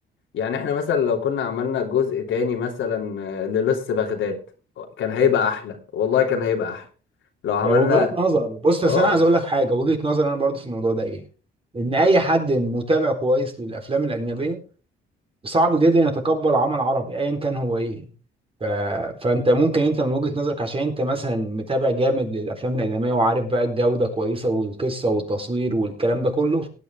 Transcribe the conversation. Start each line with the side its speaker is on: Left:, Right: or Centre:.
Left: يعني احنا مثلا لو كنا عملنا جزء تاني مثلا آه، للص بغداد كان هيبقى احلى والله كان هيبقى احلى لو عملنا
Right: ده وجهات نظر بص بس
Left: اه
Right: انا عايز اقول لك حاجه وجهه نظر انا برضو في الموضوع ده ايه ان اي حد متابع كويس للافلام الاجنبيه صعب جدا يتقبل عمل عربي ايا كان هو ايه ف... فانت ممكن انت من وجهة نظرك عشان انت مثلا متابع جامد للافلام الاجنبيه وعارف بقى الجوده كويسه والقصه والتصوير والكلام ده كله